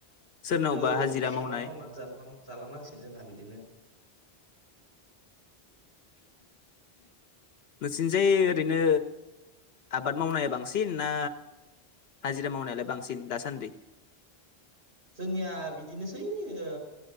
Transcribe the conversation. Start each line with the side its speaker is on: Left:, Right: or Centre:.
Left: सोरनावबा
Right: औ
Left: हाजिरा मावनाय
Right: आबाद मावनानै जालां जालांनांसिगोन जोंहा बिदिनो। <inaudible>
Left: नोंसिनिजाय ओरैनो आबाद मावनाया बांसिन ना हाजिरा मावनायालाय बांसिन दासान्दि?
Right: जोंनिया बिदिनोसै ओ